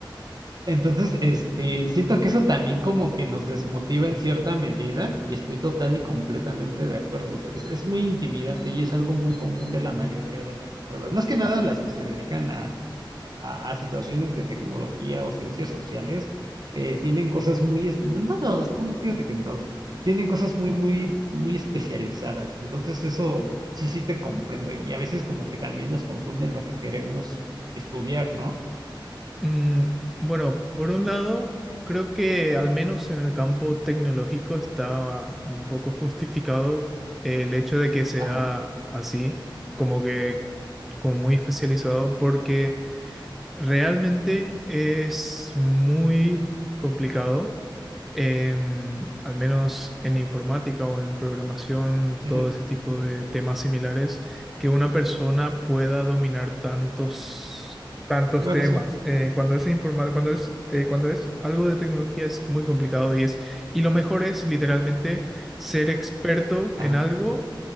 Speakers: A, on the right; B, in the centre.
A: entonces, este, siento que eso también como que nos desmotiva en cierta medida, y estoy total y completamente de acuerdo. O sea, es, es muy intimidante y es algo muy común de la mayoría de las carreras, más que nada las que se dedican a, a situaciones de tecnología o ciencias sociales, eh, tienen cosas muy, es- en todos, no, fíjate que en todos, tienen cosas muy, muy, muy especializadas. Entonces eso sí, sí te comprendo. Y a veces como que también nos confunden lo que queremos estudiar, ¿no?
B: Mm, bueno, por un lado, creo que al menos en el campo tecnológico está un poco justificado el hecho de que sea
A: Ajá.
B: así, como que como muy especializado, porque Realmente es muy complicado, em, al menos en informática o en programación,
A: ujú.
B: todo ese tipo de temas similares, que una persona pueda dominar tantos, tantos
A: Bueno,
B: temas.
A: sí.
B: Eh, cuando es informa- cuando es, eh, cuando es algo de tecnología es muy complicado y es, y lo mejor es literalmente ser experto
A: Ajá.
B: en algo